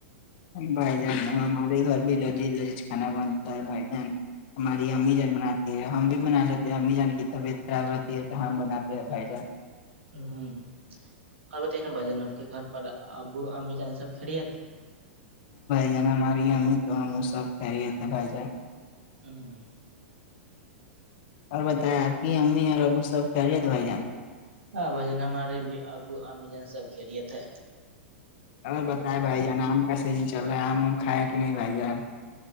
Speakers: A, on the left; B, on the right.
A: بھائی جان ہمارے گھر بھی لذیذ لذیذ کانا بنتا ہے بھائی جان ہماری امی جان بناتی ہے ہم بھی بنا لیتے ہیں امی جان کی طبیعت خراب رہتی ہے تو ہم بناتے ہیں بھائی جان
B: ہوں اور بت نا ب جانا آپ کے گھر پر ابو امی جان سب کھیڑت
A: جنا ہماراریے ہمیں تو ہم سب رہیے تھے بھ جائ
B: ہوں
A: اور بتائ آپ کی امی اور ابو سب کہہ رہیے تو بھائی جان
B: ہاں بھائین ہمارے بھی ابو اام جان سب کھیلے تھے
A: اور بتائے بھائی جان آم کا سیزن چل رہا ہے آم ام کھائے کہ نہیں بھائی جان